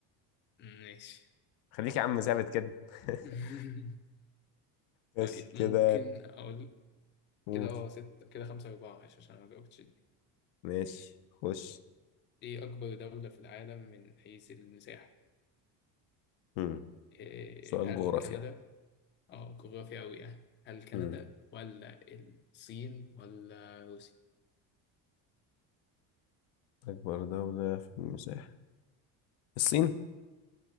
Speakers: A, on the left (about 25°); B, on the left (about 80°).
A: ماشي
B: خليك يا عم ثابت كده <laughs>
A: <laughs>
B: ماشي
A: طيب
B: كده
A: ممكن أقول
B: قول
A: كده أه ستة كده خمسة أربعة ماشي عشان أنا مجاوبتش دي
B: ماشي خش
A: إيه أكبر دولة في العالم من حيث المساحة؟
B: مم.
A: آه،
B: سؤال
A: هل
B: جغرافيا
A: كندا اه جغرافيا أوي يعني هل كندا
B: مم.
A: ولا الصين ولا روسيا؟
B: أكبر دولة في المساحة الصين